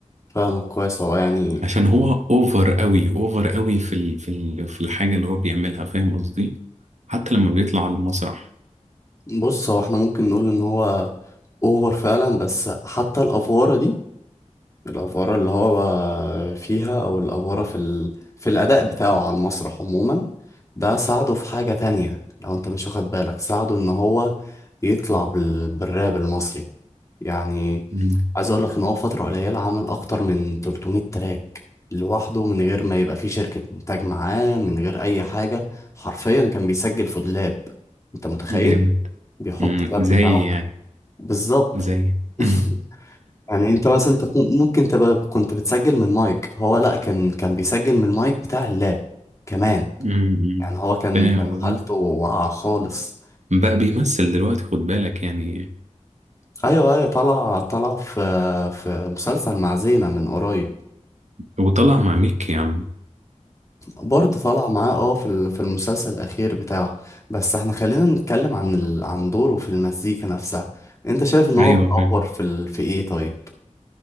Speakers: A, on the left; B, on the right.
A: فاهمك كويس هو يعني
B: عشان هو اوفر قوي اوفر قوي في ال... في ال... في الحاجه اللي هو بيعملها فاهم قصدي حتى لما بيطلع على المسرح
A: بص هو احنا ممكن نقول إن هو أوفر فعلا بس حتى الأفوارة دي الأفورة اللي هو فيها أو الأفورة في ال... في الأداء بتاعه على المسرح عموما ده ساعده في حاجة تانية لو أنت مش واخد بالك ساعده إن هو يطلع بال... بالراب المصري يعني
B: مم.
A: عايز أقول لك إن هو فترة قليلة عمل أكتر من 300 تراك لوحده من غير ما يبقى فيه شركة إنتاج معاه من غير أي حاجة حرفيا كان بيسجل في دولاب أنت متخيل
B: جامد
A: بيحط
B: مم.
A: اللاب
B: زي
A: بتاعه
B: يعني
A: بالظبط
B: زي
A: <laughs>
B: <laughs>
A: يعني انت مثلا انت كون- ممكن تبقى كنت بتسجل من مايك هو لا كان كان بيسجل من المايك بتاع اللاب كمان
B: مم.
A: يعني هو كان
B: فاهم
A: كان
B: قصدي
A: حالته واقعة خالص
B: بقى بيمثل دلوقتي خد بالك يعني
A: ايوه ايوه طلع طلع في في مسلسل مع زينة من قريب
B: وطلع مع ميكي يا عم
A: برضه طلع معاه اه في ال- في المسلسل الاخير بتاعه بس احنا خلينا نتكلم عن ال... عن دوره في المزيكا نفسها انت شايف ان هو
B: ايوه
A: بيتطور
B: فاهم
A: في ال... في ايه طيب